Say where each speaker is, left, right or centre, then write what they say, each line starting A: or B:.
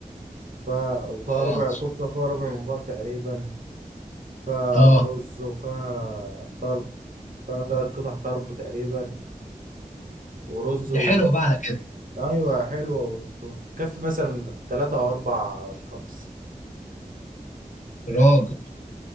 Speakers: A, on the right; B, on the left.
A: وفيها وفيها
B: اه
A: ربع كفتة وفيها ربع ممبار تقريبا فيها
B: اه
A: رز وفيها طرب ثلاث قطع طرب تقريبا ورز
B: دي حلوه
A: و...
B: بقى على كده
A: ايوه حلوه وتكفي مثلا ثلاثة او اربع اشخاص
B: يا راجل